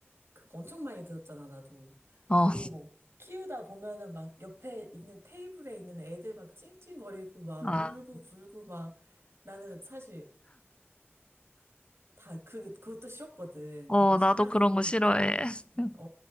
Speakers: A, on the right; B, on the left.
A: 그거 엄청 많이 들었잖아 나도
B: 어,
A: 그리고 뭐 키우다 보면은 막 옆에 있는 테이블에 있는 애들 막 찡찡거리고 막
B: 아,
A: 울고 불고 막 나는 사실 다, 그, 그것도 싫었거든.
B: 어,
A: 되게 싫어하는,
B: 나도 그런 거 싫어해.
A: 어,
B: <laughs>
A: 어,